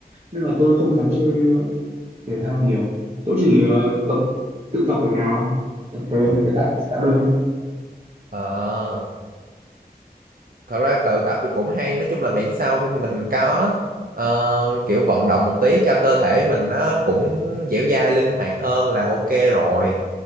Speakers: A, on the right (about 40°); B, on the right (about 60°).
A: nên là tôi không dám chơi thể thao nhiều tôi chỉ ờ, tập tự tập ở nhà thôi tập với mấy cái tạ tạ đơn ấy
B: ờ thật ra tự tập thì cũng hay nói chung là miễn sao mình có ờ, kiểu vận động một tí cho cơ thể mình nó cũng dẻo dai linh hoạt hơn là ok rồi